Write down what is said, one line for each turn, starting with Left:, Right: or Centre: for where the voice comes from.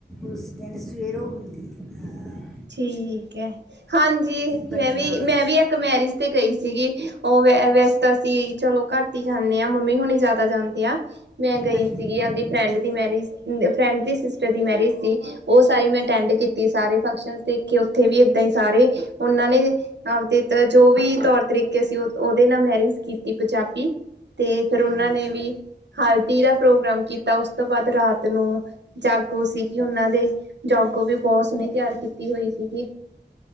Centre: ਉਸ ਦਿਨ ਸਵੇਰੋਂ ਹੁੰਦੀ ਏ।
Right: ਠੀਕ ਐ। ਹਾਂਜੀ,
Centre: ਬਟਨਾ
Right: ਮੈਂ ਵੀ- ਮੈਂ ਵੀ ਇੱਕ ਮੈਰਿਜ ਤੇ ਗਈ ਸੀਗੀ, ਓ ਵ-ਵੈਸੇ ਤਾਂ ਅਸੀਂ ਚਲੋ ਘੱਟ ਈ ਜਾਂਨੇ ਆਂ ਮੰਮੀ ਹੋਣੀ ਜਾਦਾ ਜਾਂਦੇ ਆ। ਮੈਂ ਗਈ
Centre: ਹਾਂਜੀ
Right: ਸੀਗੀ ਆਪਦੀ ਫਰੈਂਡ ਦੀ ਮੈਰਿਜ, ਫਰੈਂਡ ਦੀ ਸਿਸਟਰ ਦੀ ਮੈਰਿਜ ਸੀ। ਓ ਸਾਰੀ ਮੈਂ ਅਟੈਂਡ ਕੀਤੀ ਸਾਰੇ ਫੰਕਸ਼ਨਸ ਦੇਖੇ ਉੱਥੇ ਵੀ ਏਦਾਂ ਈ ਸਾਰੇ ਓਨਾਂ ਨੇ ਆਪਦੇ ਤਾਂ ਜੋ ਵੀ ਤੌਰ ਤਰੀਕੇ ਸੀ ਓ ਓਦੇ ਨਾਲ ਮੈਰਿਜ ਕੀਤੀ ਪਜਾਬੀ। ਤੇ ਫੇਰ ਉਨਾਂ
Centre: ਹਾਂਜੀ
Right: ਨੇ ਵੀ ਹਲਦੀ ਦਾ ਪ੍ਰੋਗਰਾਮ ਕੀਤਾ ਉਸ ਤੋਂ ਬਾਅਦ ਰਾਤ ਨੂੰ ਜਾਗੋ ਸੀਗੀ ਉਨਾਂ ਦੇ, ਜਾਗੋ ਵੀ ਬੋਤ ਸੋਣੀ ਤਿਆਰ ਕੀਤੀ ਹੋਈ ਸੀਗੀ।